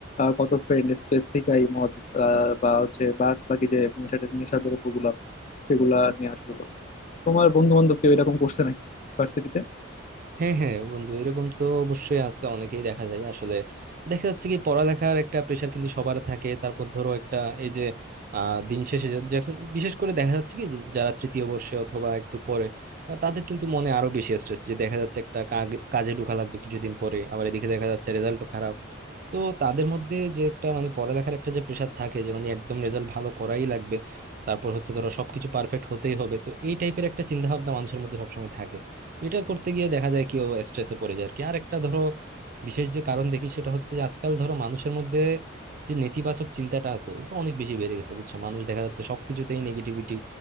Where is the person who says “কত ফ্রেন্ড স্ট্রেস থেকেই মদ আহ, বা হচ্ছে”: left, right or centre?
Left